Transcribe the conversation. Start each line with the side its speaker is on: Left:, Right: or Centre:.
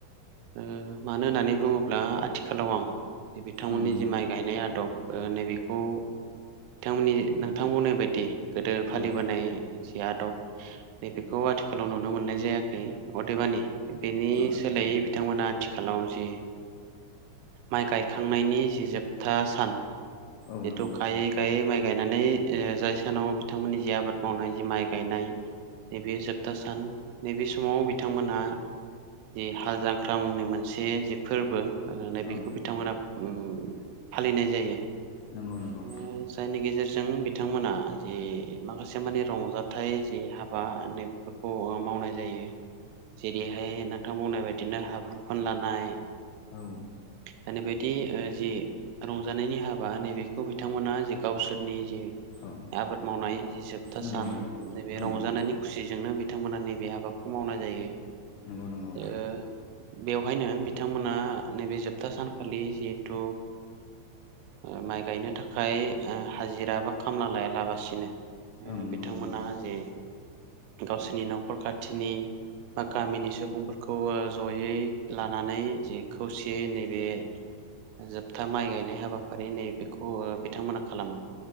Right: ओ मानो होननानै बुङोब्ला आथिखालाव आं बिथांमोननि
Left: ओं नंगौ
Right: जि माइ गायनाय आदब ओ नैबेखौ बिथांमोननि नोंथां बुंनाय बायदि गोदो फालिबोनाय
Left: औ
Right: जि आदब नैबेखौ आथिखालाव नुनो मोननाय जायाखै अदेबानि बेनि
Left: औ
Right: सोलायै बिथांमोना आथिखालाव जि माइ गायखांनायनि जि जोबथा सान
Left: औ
Right: बेथ'
Left: नंगौ
Right: गायै गायै माइ गायनानै ओ जाय सानाव बिथांमोननि जि आबाद मावनाय जि माइ गायनाय नैबे जोबथा सान नैबे समाव बिथांमोना जि हाल जांख्रा मुंनि मोनसे जि फोरबो ओ नै बेखौ
Left: औ
Right: बिथांमोना फालिनाय जायो
Left: नंगौ नंगौ
Right: उम जायनि गेजेरजों बिथांमोना जे माखा से माने रंजाथाइ जि हाबा माने बेफोरखौ मावनाय जायो जेरैहाय नोंथां बुंनाय बायदिनो हाब्रु फोनलानाय
Left: औ
Right: माने बिदि जि रंजानायनि हाब बा नैबेखौ बिथांमोना जे गावसोरनि जि
Left: औ
Right: आबाद मावनाय जि जोबथा
Left: नंगौ
Right: सान
Left: नंगौ
Right: नैबे
Left: ओं
Right: रंजानायनि
Left: नंगौ
Right: खुसिजोंनो बि थांमोना नैबे हाबाखौ मावनाय जायो।
Left: नंगौ नंगौ
Right: ओ बेवहायनो बिथांमोना नैबे जोब था सानखालि जिहेतु ओ माइ गायनो थाखाय ओ हाजिरा बा खामला लायालाबासिनो ओ
Left: ओं नंगौ
Right: बिथांमोनहा
Left: नंगौ
Right: जे गावसोरनि नखर खाथिनि बा गामिनि सुबुंफोरखौ जयै लानानै जि खौसेयै नैबे जोबथा माइ गायनाय हाबाफारि नै बेखौ ओ बिथांमोना खालामो